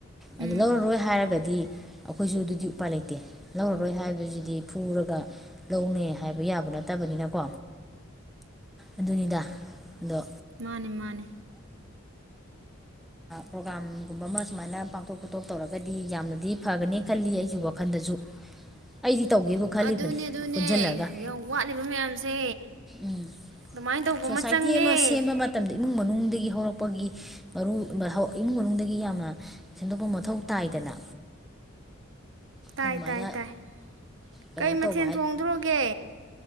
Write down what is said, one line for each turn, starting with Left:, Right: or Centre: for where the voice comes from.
Right: ꯎꯝ
Centre: ꯑꯗꯨ ꯂꯧꯔꯔꯣꯏ ꯍꯥꯏꯔꯒꯗꯤ ꯑꯩꯈꯣꯏꯁꯨ ꯑꯗꯨꯗꯤ ꯎꯄꯥꯏ ꯂꯩꯇꯦ ꯂꯧꯔꯔꯣꯏ ꯍꯥꯏꯕꯁꯤꯗꯤ ꯐꯨꯔꯒ ꯂꯧꯅꯦ ꯍꯥꯏꯕ ꯌꯥꯕ ꯅꯠꯇꯕꯅꯤꯅꯀꯣ ꯑꯗꯨꯅꯤꯗ ꯑꯗꯣ
Right: ꯃꯥꯅꯦ ꯃꯥꯅꯦ
Centre: ꯄ꯭ꯔꯣꯒꯥ꯭ꯔꯥꯝꯒꯨꯝꯕ ꯑꯃ ꯁꯨꯃꯥꯏꯅ ꯄꯥꯡꯊꯣꯛ ꯈꯣꯊꯣꯛ ꯇꯧꯔꯒꯗꯤ ꯌꯥꯝꯅꯗꯤ ꯐꯒꯅꯤ ꯈꯜꯂꯤ ꯑꯩꯒꯤ ꯋꯥꯈꯜꯗꯁꯨ ꯑꯩꯗꯤ ꯇꯧꯒꯦꯕꯨ ꯈꯜꯂꯤꯕꯅꯤ
Right: ꯑꯗꯨꯅꯦ ꯑꯗꯨꯅꯦ
Centre: ꯄꯨꯟꯁꯤꯜꯂꯒ
Right: ꯌꯥꯝ ꯋꯥꯠꯂꯤꯕ ꯃꯌꯥꯝꯁꯦ
Centre: ꯎꯝ
Right: ꯑꯗꯨꯃꯥꯏꯅ ꯇꯧꯕ
Centre: ꯁꯣꯁꯥꯏꯇꯤ
Right: ꯆꯪꯉꯦ
Centre: ꯑꯃ ꯁꯦꯝꯕ ꯃꯇꯝꯗ ꯏꯃꯨꯡ ꯃꯅꯨꯡꯗꯒꯤ ꯒꯤ ꯍꯧꯔꯛꯄꯒꯤ ꯃꯔꯨ ꯏꯃꯨꯡ ꯃꯅꯨꯡꯗꯒꯤ ꯌꯥꯝꯅ ꯁꯦꯝꯗꯣꯛꯄ ꯃꯊꯧ ꯇꯥꯏꯗꯅ
Right: ꯇꯥꯏ
Centre: ꯑꯗꯨꯃꯥꯏꯅ
Right: ꯇꯥꯏ ꯇꯥꯏ
Centre: ꯀꯩꯅꯣ
Right: ꯀꯩ ꯃꯊꯦꯜ
Centre: ꯇꯧꯕ
Right: ꯊꯣꯡꯗ꯭ꯔꯣꯒꯦ